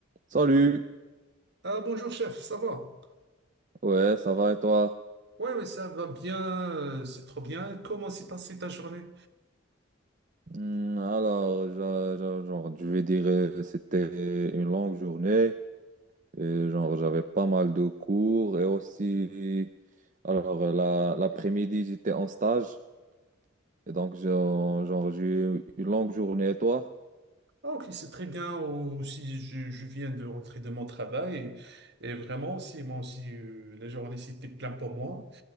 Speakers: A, on the right; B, on the right.
A: Salut,
B: Ah, bonjour chef, ça va?
A: ouais, ça va et toi?
B: Oui oui ça va bien, euh, c'est trop bien. Comment s'est passée ta journée?
A: Hmm, alors, j'a- j'a- genre, je vais dire, euh, c'était une longue journée, et genre, j'avais pas mal de cours, et aussi, alors, euh, la, l'après-midi, j'étais en stage, et donc, genre, genre, j'ai eu une longue journée, et toi?
B: Ah, ok, c'est très bien. Aussi, je, je viens de rentrer de mon travail et, et vraiment aussi, moi aussi, euh, la journée c'était plein pour moi.